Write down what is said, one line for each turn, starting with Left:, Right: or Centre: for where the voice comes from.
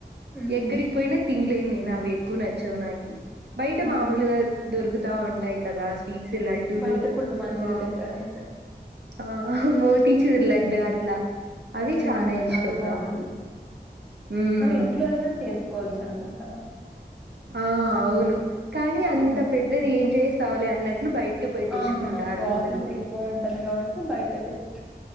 Centre: ఉమ్
Right: ఎక్కడికి పోయినా తిన్లీ నేనా ఎక్కువ నచ్చవు నాకి బయట
Centre: ఉమ్
Right: మామూలుగా దొరుకుతా ఉంటాయి కదా స్ స్వీట్స్ లడ్డూలు
Centre: బయట ఫుడ్ మంచిగా
Right: ఆ
Centre: తింటారు అయితే
Right: ఆహా మోత్ తెచుర్ లడ్డ యా అట్లా అవి
Centre: ఉమ్
Right: చాలా ఇష్టం
Centre: అవి బాగుండు
Right: నాకు మ్మ్
Centre: అవి ఇంట్లో అయినా చేసుకోవచ్చు అనుకుంటా మేం
Right: ఆ అవును కానీ
Centre: ఉమ్,
Right: అంత పెద్దది ఏం చేస్తావులే అన్నట్లు బయటికి పోయి తెచ్చుకుంటారు
Centre: ఆహా ప్రాసెస్
Right: అందరూ
Centre: ఎక్కువ ఉంటది కాబట్టి బయట తెచ్చు